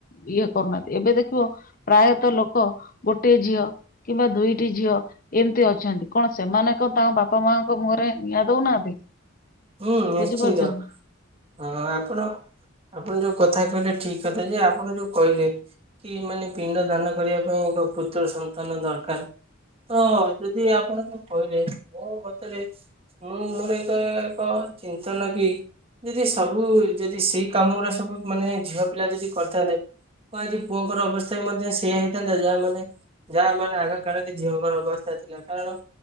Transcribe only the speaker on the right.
ହୁଁ ନିଶ୍ଚିନ୍ତ
ହ ଆପଣ ଆପଣ ଯୋଉ କଥା କହିଲେ ଠିକ କଥା ଯେ ଆପଣ ଯୋଉ କହିଲେ କି ମାନେ ପିଣ୍ଡ ଦାନ କରିବା ପାଇଁ ଏକ ପୁତ୍ର ସନ୍ତାନ ଦରକାର। ତ ଯଦି ଆପଣ କଣ କହିଲେ ମୁ କତରେ ହଁ ମୋର ଏକ ଏକ ଚିନ୍ତନ କି ଯଦି ସବୁ ଯଦି ସେଇ କାମ ଗୁଡା ସବୁ ମାନେ ଝିଅ ପିଲା ଯଦି କରିଥାନ୍ତେ କରି ପୁଅଙ୍କର ଅବସ୍ଥା ମଧ୍ୟ ସେଇଆ ହେଇଥାନ୍ତା ଯାହା ମାନେ ଯାହା ମାନେ ଆଗ କାଳକ ଝିଅ ମନଙ୍କର ଅବସ୍ଥା ଥିଲା କାରଣ